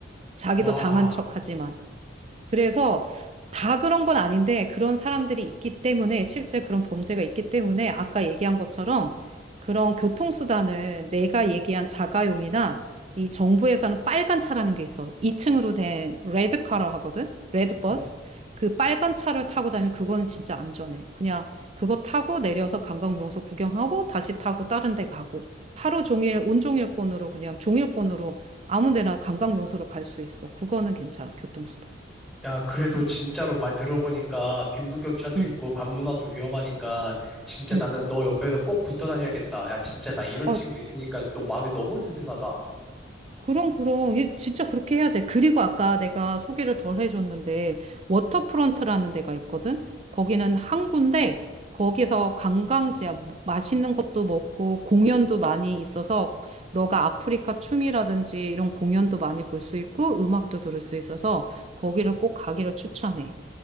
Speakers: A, on the right; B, in the centre.
A: 자기도
B: 와,
A: 당한 척 하지만. 그래서 다 그런 건 아닌데 그런 사람들이 있기 때문에 실제 그런 범죄가 있기 때문에 아까 얘기한 것처럼 그런 교통수단을 내가 얘기한 자가용이나 이 정부에서는 빨간 차라는 게 있어. 2층으로 된 레드카라 하거든? 레드버스.
B: 음,
A: 그 빨간 차를 타고 다니면 그거는 진짜 안전해. 그냥 그거 타고 내려서 관광 명소 구경하고 다시 타고 다른 데 가고 하루 종일 온종일권으로 그냥 종일권으로 아무 데나 관광 명소로 갈 수 있어. 그거는 괜찮아. 교통수단.
B: 야, 그래도
A: 음.
B: 진짜로 말 들어보니까 빈부격차도
A: 응,
B: 있고 반문화도 위험하니까 진짜
A: 응.
B: 나는 너 옆에서 꼭 붙어 다녀야겠다. 야, 진짜 나 이런
A: 아,
B: 친구 있으니까 또 마음이 너무 든든하다.
A: 그럼, 그럼. 이게 진짜 그렇게 해야 돼. 그리고 아까 내가 소개를 덜 해줬는데, 워터프론트라는 데가 있거든? 거기는 항구인데, 거기서 관광지야. 뭐, 맛있는 것도 먹고, 공연도 많이 있어서, 너가 아프리카 춤이라든지 이런 공연도 많이 볼 수 있고, 음악도 들을 수 있어서, 거기를 꼭 가기를 추천해.